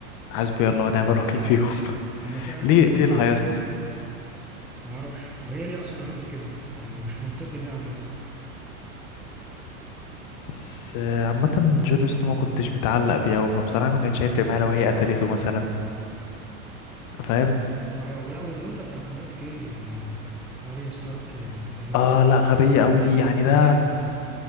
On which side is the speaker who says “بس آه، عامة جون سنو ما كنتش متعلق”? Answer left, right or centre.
Left